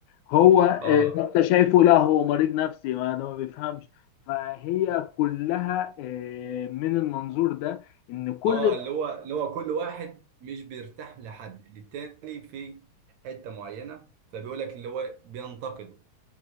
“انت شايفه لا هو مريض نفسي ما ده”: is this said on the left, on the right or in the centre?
Left